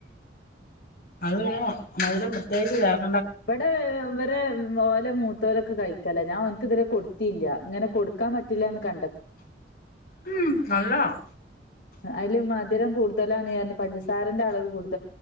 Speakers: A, on the left; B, on the left.
A: അതിൽ പിന്നെ മധുരം പ്രത്യേകിച്ച് ചേർക്കണ്ട
B: ഇവിടെ ഇവരെ ഓല മൂത്തോലൊക്കെ കഴിക്കല ഞാൻ ഒന് ക്ക് ഇതുവരെ കൊടുത്തില്ല ഇങ്ങനെ കൊടുക്കാൻ പറ്റില്ല എന്ന് കണ്ട
A: ഉം നല്ലതാ
B: അതില് മധുരം കൂടുലാണ് പറഞ്ഞ് പ ഞ്ചസാരന്റെ അളവ് കൂടുതൽ